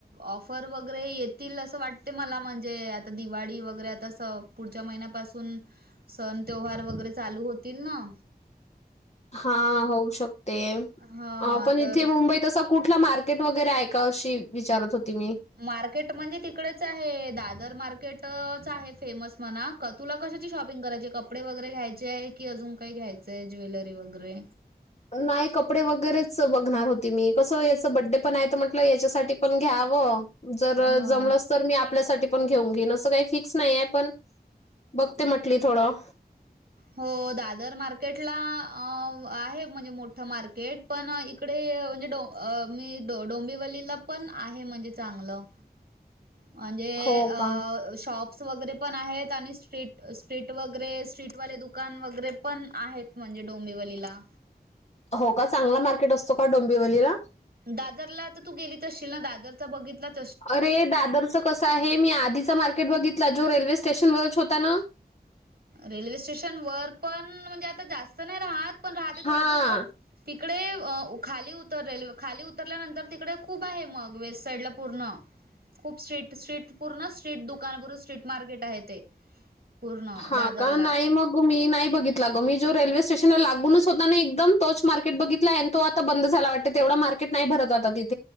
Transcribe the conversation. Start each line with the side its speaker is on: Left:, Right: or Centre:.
Right: ऑफर वगैरे येत तील असं वाटते मला म्हणजे त दिवाळी वगैरे आता स पुढच्या महिन्यापासून सण तेव्हार वगैरे चालू होतील ना?
Left: हा होऊ शकते
Right: हा
Left: आ पण
Right: तर
Left: इथे मुंबईत अस. कुठला मार्केट वगैरे आहे का अशी विचारत होती मी.
Right: मार्केट म्हणजे तिकडेच आहे दादर मार्केटच आहे फेमस म्हणा क तुला कशाची शॉपिंग करायची कपडे वगैरे घ्यायचेय, आहे की अजून काही घ्यायचें आहे ज्वेलरी वगैरे.
Left: नाही कपडे वगैरेच बघणार होते मी कसं याच बड्डे पण आहे तर म्हंटलं याच्यासाठी पण घ्यावं. जर
Right: हा.
Left: जमलच. तर मी आपल्यासाठी पण घेऊन घेईन असं काही फिक्स नाही आहे पण बघते म्हटली थोडं.
Right: हो दादर मार्केटला अ आहे म्हणजे मोठं मार्केट. पण इकडे म्हणजे डोंब अ मी डोंबिवलीला पण आहे म्हणजे चांगलं. म्हणजे
Left: हो
Right: आ
Left: का?
Right: शॉप. - प्स वगैरे पण आहेत आणि स्ट्रीट स्ट्रीट वगैरे स्ट्रीटवाले दुकान वगैरे पण आहेत. म्हणजे डोंबिवलीला.
Left: हो का चांगला मार्केट असतो का डोंबिवलीला?
Right: दादरला आता तू गेलीच असशील ना दादरचा बघितलात
Left: अरे दादरचं कसं आहे मी आधीचा मार्केट बघितला जो रेल्वे स्टेशनवरच होता ना?
Right: रेल्वे स्टेशन वर पण म्हणजे आता जास्त नाही राहात पण राहते
Left: हां.
Right: थोडा बहुत पण तिकडे अ उ खाली उतरेल खाली उतरल्यानंतर तिकडे खूप आहे. मग वेस्ट साईड ला पूर्ण? खूप स्ट्रीट स्ट्रीट पूर्ण स्ट्रीट दुकानपूर स्ट्रीट मार्केट आहे ते पूर्ण.
Left: हा
Right: दादरला
Left: का नाही मग. मी नाही बघितला ग मी जो रेल्वे स्टेशनला लागूनच होता ना एकदम तोच मार्केट बघितला तो आता बंद झाला वाटत तेवढा मार्केट नाही भरत आता तिथ